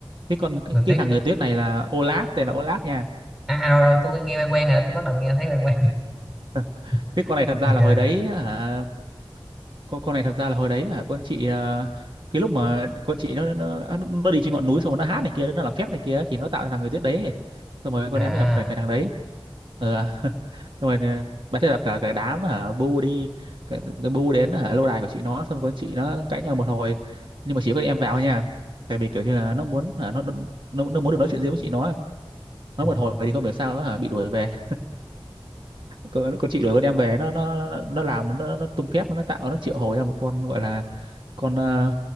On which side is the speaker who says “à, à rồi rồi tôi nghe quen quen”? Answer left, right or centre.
Centre